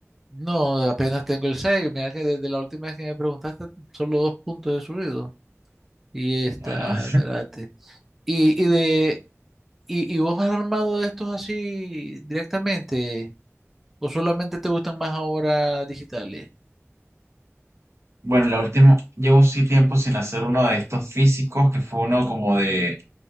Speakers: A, in the centre; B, on the right.
A: No, apenas tengo el seis Mira que desde la última vez que me preguntaste, solo dos puntos he subido. Y está,
B: Bueno,
A: espérate. Y, y de, y, y vos has armado de estos así directamente, o solamente te gustan más ahora digitales?
B: bueno, la última, llevo sí tiempo sin hacer uno de estos físicos, que fue uno como de,